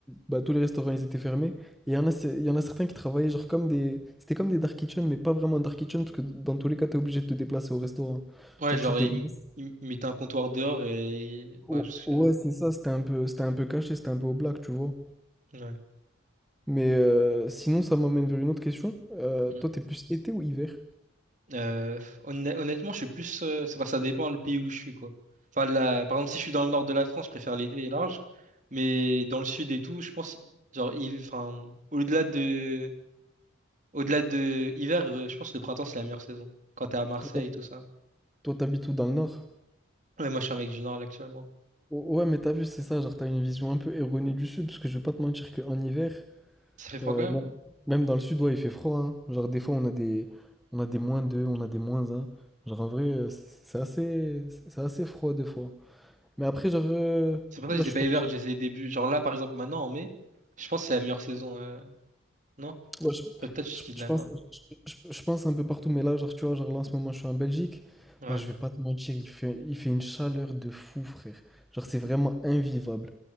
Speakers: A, in the centre; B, on the right.
A: bah, tous les restaurants ils étaient fermés. Et il y en a, c'est- il y en a certains qui travaillaient genre comme des... C'était comme des dark kitchen, mais pas vraiment dark kitchen, parce que dans tous les cas, tu es obligé de te déplacer au restaurant.
B: Ouais,
A: Tu
B: genre,
A: vois, tu te déplaces.
B: ils il mettaient un comptoir dehors et.
A: Oh,
B: Ouais, je me souviens.
A: ouais, c'est ça, c'était un peu, c'était un peu caché, c'était un peu au black, tu vois.
B: Ouais.
A: Mais euh, sinon, ça m'amène vers une autre question. Euh,
B: Hmm.
A: toi, t'es plus été ou hiver?
B: Euh, honn- honnêtement, je suis plus. euh, ça, enfin, ça dépend le pays où je suis, quoi. Enfin, la... par exemple, si je suis dans le nord de la France, je préfère l'été large. Mais dans le sud et tout, je pense. Genre, il... enfin, au-delà de. Au-delà de hiver, euh, je pense que le printemps, c'est la meilleure saison. Quand t'es à Marseille
A: Toi, t'hab-
B: et tout ça.
A: toi, t'habites où dans le nord?
B: Ouais, moi, je suis un mec du Nord, là, actuellement.
A: O- Ouais, mais t'as vu, c'est ça, genre t'as une vision un peu erronée du sud, parce que je vais pas te mentir qu'en hiver...
B: Ça fait froid
A: Euh,
B: quand
A: même
B: même.
A: même dans le sud, ouais, il fait froid, hein. Genre, des fois, on a des, on a des moins deux on a des moins un Genre, en vrai, euh, c'est c'est assez, c'est assez froid, des fois. Mais après, genre, euh,
B: C'est pour
A: là,
B: ça que je les
A: je
B: ai
A: suis
B: pas
A: parti.
B: hiver, je les ai début. Genre là, par exemple, maintenant, en mai, je pense que c'est la meilleure saison. euh, Non?
A: ouais, je,
B: Ouais, peut-être que je
A: je-
B: dis de
A: je
B: la
A: pense,
B: merde.
A: je, je- je pense un peu partout, mais là, genre, tu vois, genre, là, en ce moment, je suis en Belgique.
B: non.
A: Oh,
B: Ouais.
A: je vais pas te mentir, il fait, il fait une chaleur de fou, frère. Genre, c'est vraiment invivable.